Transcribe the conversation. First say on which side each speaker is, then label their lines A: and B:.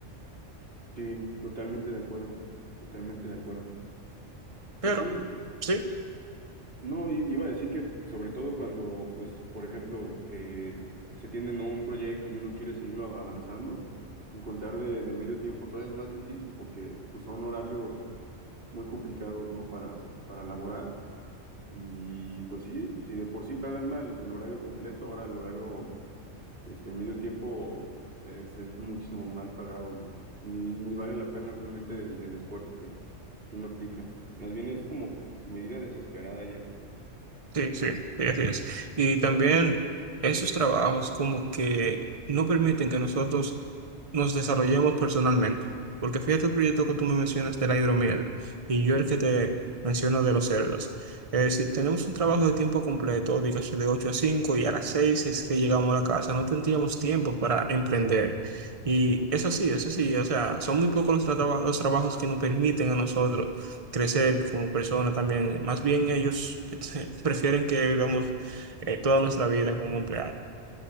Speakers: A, on the right; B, on the right.
A: Sí, totalmente de acuerdo, totalmente de acuerdo. Y
B: Pero
A: sí,
B: sí,
A: no, i- iba a decir que, y sobre todo cuando, pues, por ejemplo, eh, se tiene ¿no? un proyecto y uno quiere seguirlo av- avanzando, encontrar de, de medio tiempo todavía es más difícil porque, pues, son horarios muy complicados, ¿no? Para, para laborar. Y, pues, sí, si de por sí pagan mal el horario completo, ahora el horario Este, el medio tiempo es, es muchísimo mal pagado, ¿no? Ni, ni vale la pena realmente el, el esfuerzo que, que uno aplica. Más bien es como medida desesperada ya.
B: sí, sí, sí, así es. Y también esos trabajos como que no permiten que nosotros nos desarrollemos personalmente. Porque fíjate el proyecto que tú me mencionas de la hidromiel y yo el que te menciono de los cerdos. Eh, si tenemos un trabajo de tiempo completo, dígase de 8 a 5 y a las 6 es que llegamos a la casa, no tendríamos tiempo para emprender. Y es así, es así. O sea, son muy pocos los, traba- los trabajos que nos permiten a nosotros. crecer como persona también. Más bien ellos este, <laughs> prefieren que vivamos eh, toda nuestra vida como empleados.